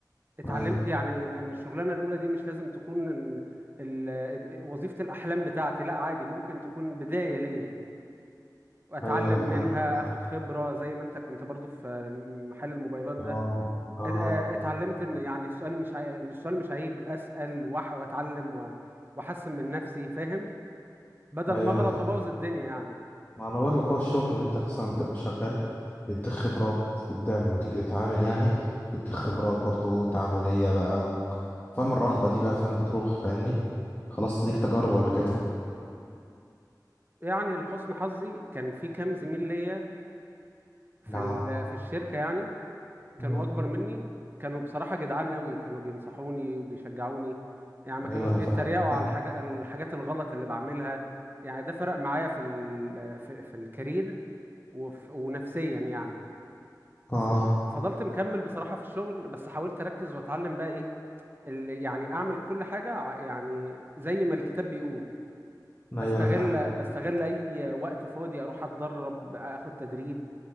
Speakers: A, on the right (about 30°); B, on the left (about 25°).
A: اتعلمت
B: ايوه
A: يعني ان إن الشغلانه الاولى دي مش لازم تكون إن ال- وظيفه الاحلام بتاعتي لا عادي ممكن تكون بدايه ليا واتعلم
B: ايوه انا فاهم
A: منها
B: فاهم.
A: اخد خبره زي ما انت كنت برضو في محل الموبايلات ده
B: اه اه
A: ات- اه، اتعلمت ان يعني السؤال مش عي... مش- السؤال مش عيب اسال وأح... واتعلم و... واحسن من نفسي فاهم بدل
B: ايوه
A: ما اغلط
B: انا فاهم
A: وابوظ الدنيا يعني
B: ما انا بقول لك هو الشغل ان انت مثلا بتبقى شغال بيديك خبرات قدام لما تيجي تتعامل يعني بيديك خبرات برضو تعاملية بقى و... فاهم الرهبة دي بقى فاهم بتروح فاهمني خلاص ليك تجارب قبل كده
A: يعني لحسن حظي كان في كام زميل ليا في
B: اه
A: ال... في الشركه يعني كانوا
B: مم.
A: اكبر مني كانوا بصراحه جدعان قوي كانوا بينصحوني وبيشجعوني يعني ما كانوش
B: ايوه انا
A: بيتريقوا
B: فاهم
A: على
B: اه
A: الحاجة... الحاجات الغلط اللي بعملها يعني ده فرق معايا في ال... في, في الكارير وف... ونفسيا يعني
B: آه.
A: فض- فضلت مكمل بصراحة في الشغل بس حاولت أركز وأتعلم بقى إيه اللي يعني أعمل كل حاجة ع- يعني زي ما الكتاب بيقول
B: ايوه
A: بستغل
B: انا فاهم
A: بستغل أي وقت فاضي أروح أتدرب أخد تدريب